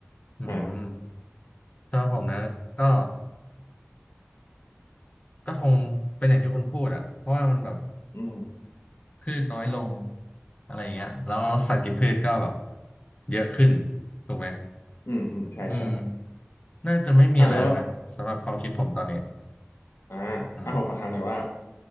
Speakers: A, on the left; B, on the left.
A: อืม
B: อ่า
A: สำหรับผมนะก็ก็คงเป็นอย่างที่คุณพูดอะเพราะว่ามันแบบ
B: อืม
A: พืชน้อยลงอะไรอย่างเงี้ยแล้วสัตว์กินพืชก็แบบเยอะขึ้นถูกไหม
B: อืมอืมใช่ใช่
A: อืม น่าจะไม่มีอะไรแล้วนะสำหรับความคิดผมตอนนี้
B: อ่ะแล้วอ่าอ่ะผมขอถามหน่อยว่า
A: อืม